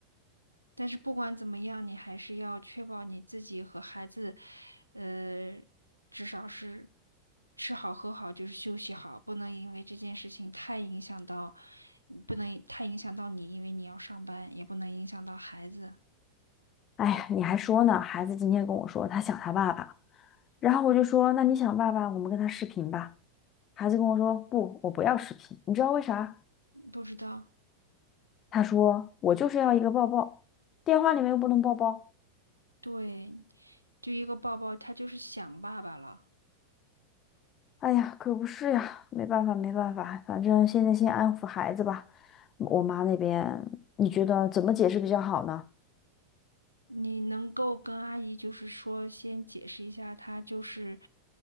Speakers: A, on the right; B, on the left.
A: 但是不管怎么样，你还是要确保你自己和孩子，呃，至少是吃好喝好，就是休息好，不能因为这件事情太影响到，嗯不能太影响到你，因为你要上班，也不能影响到孩子。
B: 哎呀，你还说呢，孩子今天跟我说他想他爸爸，然后我就说那你想爸爸，我们跟他视频吧。孩子跟我说不，我不要视频，你知道为啥？
A: 嗯不知道，
B: 他说我就是要一个抱抱，电话里面又不能抱抱。
A: 对，就一个抱抱，他就是想爸爸了。
B: 哎呀，可不是呀，没办法，没办法，反正现在先安抚孩子吧。我妈那边，你觉得怎么解释比较好呢？
A: 你能够跟阿姨就是说先解释一下，她就是